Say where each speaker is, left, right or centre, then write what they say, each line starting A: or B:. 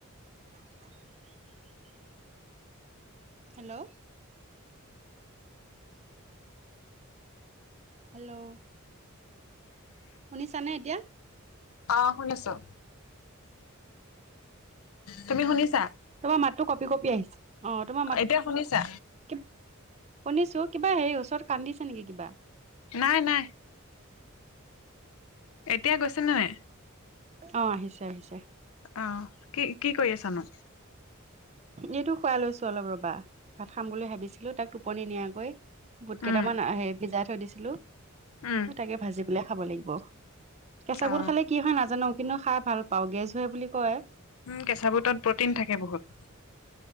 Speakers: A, on the right; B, on the left.
A: <unintelligible> <inaudible> Hello hello শুনিছানে এতিয়া?
B: আহ শুনিছো। তুমি শুনিছা?
A: তোমাৰ মাতটো কপি কপি আহিছে, অ তোমাৰ মাত,
B: এতিয়া শুনিছা
A: শুনিছো। কিবা হেৰি ওচৰত কান্দিছে নিকি কিবা?
B: নাই নাই। এতিয়া গৈছে নে নাই?
A: অ আহিছে আহিছে।
B: অ কি কি কৰি আছানো?
A: এইটো শুৱাই লৈছো অলপ ৰবা, ভাত খাম বুলি ভাবিছিলো তাক টোপনি নিয়াইকৈ। বুট কেইটামান
B: উম
A: হে ভিজাই থৈ দিছিলো
B: উম
A: তাকে ভাজি পেলাই খাব লাগিব। কেঁচা
B: অ
A: বুট খালে কি হয় নাজানো কিন্তু খাই ভাল পাওঁ গেছ বুলি কয়।
B: উম কেঁচা বুটত প্ৰটিন থাকে বহুত।